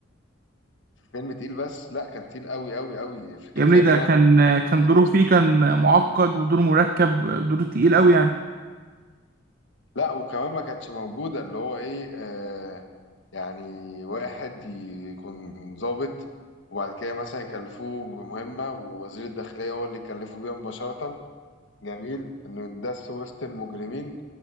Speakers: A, on the left (about 65°); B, on the right (about 50°).
A: فيلم تقيل بس لا كان تقيل قوي قوي قوي في كفكره
B: يا ابني ده كان كان
A: ما
B: دوره
A: كانتش
B: فيه
A: موجودة.
B: كان معقد ودور مركب دور تقيل قوي يعني
A: لا وكمان ما كانتش موجوده اللي هو ايه آه يعني واحد يكون ضابط وبعد كده مثلا يكلفوه بمهمة ووزير الداخلية هو اللي يكلفه بيها مباشرة جميل إنه يندس وسط المجرمين